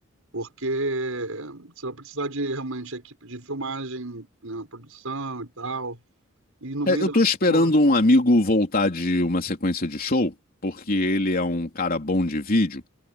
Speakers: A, on the right (about 80°); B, on the left (about 45°).
A: Porque você vai precisar de realmente equipe de filmagem, né, produção e tal. E no meio
B: É, eu
A: da
B: tô esperando
A: rua,
B: um amigo voltar de uma sequência de show, porque ele é um cara bom de vídeo